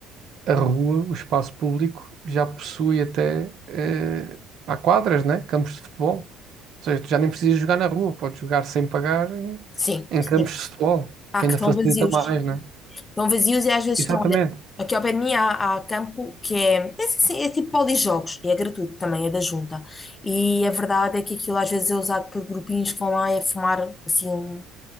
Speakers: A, on the right (about 55°); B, on the left (about 25°).
A: a rua, o espaço público, já possui até eh, há quadras, né? Campos de futebol. Ou seja, tu já nem precisas jogar na rua, podes jogar sem pagar em,
B: Sim,
A: em
B: sim.
A: campos de futebol,
B: Há
A: que ainda
B: que estão
A: facilita
B: vazios.
A: mais, né?
B: Estão vazios e às vezes
A: Exatamente.
B: estão. olha, Aqui ao pé de mim há, há campo que é, é, assim, é tipo polijogos e é gratuito também, é da junta. E a verdade é que aquilo às vezes é usado por grupinhos que vão lá e a fumar assim um